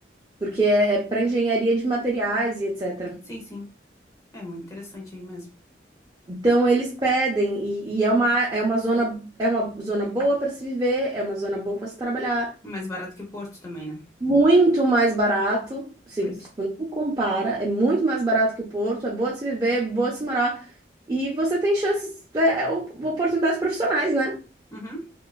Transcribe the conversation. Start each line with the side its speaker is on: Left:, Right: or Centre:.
Right: porque é, é para engenharia de materiais e etc.
Left: Sim, sim. É muito interessante aí mesmo.
Right: Então eles pedem, e, e é uma, é uma zona, é uma zona boa para se viver, é uma zona boa para se trabalhar.
Left: Mais barato que o Porto também, né?
Right: muito mais barato, sim,
Left: Pois.
Right: tipo, não compara, é muito mais barato que o Porto, é boa de se viver, boa de se morar, e você tem chances, é, é, op- oportunidades profissionais, né?
Left: Uhum.